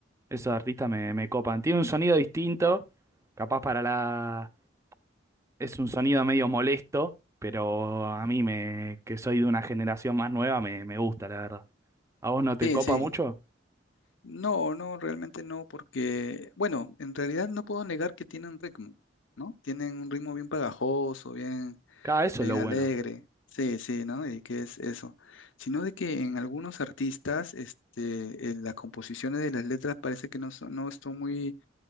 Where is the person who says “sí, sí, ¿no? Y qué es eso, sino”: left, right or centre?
Left